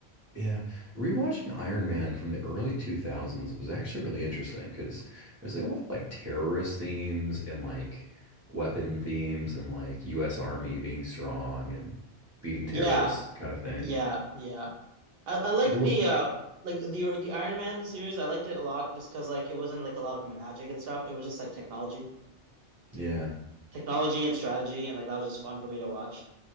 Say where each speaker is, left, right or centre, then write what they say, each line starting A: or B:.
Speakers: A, on the right; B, on the right.
A: Yeah, rewatching Iron Man from the early 2000s was actually really interesting because there's like a lot of like terrorist themes and like weapon themes and like US Army being strong and beating
B: Yeah,
A: terrorists kind of thing.
B: yeah, yeah. I I liked
A: There were,
B: the uh like the the Iron Man series. I liked it a lot just because like it wasn't like a lot of magic and stuff. It was just like technology,
A: yeah.
B: technology and strategy, and like that was just fun for me to watch